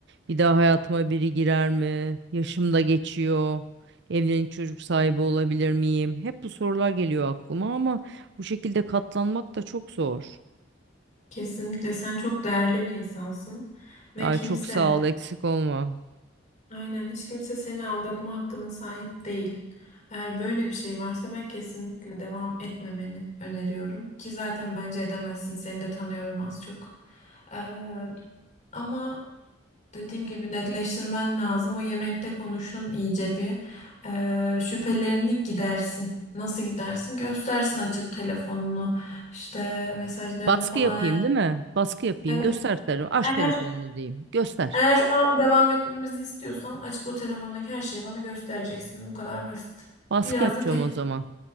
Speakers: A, on the right (about 65°); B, on the left (about 40°).
A: Bir daha hayatıma biri girer mi? Yaşım da geçiyor. Evlenip çocuk sahibi olabilir miyim? Hep bu sorular geliyor aklıma ama bu şekilde katlanmak da çok zor.
B: Kesinlikle sen çok değerli bir insansın ve
A: Ay
B: kimse
A: çok sağ ol, eksik olma.
B: Aynen hiç kimse seni aldatma hakkına sahip değil. Eğer böyle bir şey varsa ben kesinlikle devam etmemeni öneriyorum. Ki zaten bence edemezsin. Seni de tanıyorum az çok. Ee, ama dediğim gibi netleştirmen lazım. O yemekte konuşun iyice bir. Ee, şüphelerini gidersin. Nasıl gidersin? Göstersin açıp telefonunu, işte mesajlarını
A: Baskı
B: falan.
A: yapayım değil mi? Baskı yapayım.
B: Evet.
A: Göster telefonu. Aç
B: Eğer
A: telefonunu diyeyim. Göster.
B: eğer şu an devam etmemizi istiyorsan açıp o telefondaki her şeyi bana göstereceksin. Bu kadar basit.
A: Baskı
B: Biraz
A: yapacağım
B: da te
A: o zaman.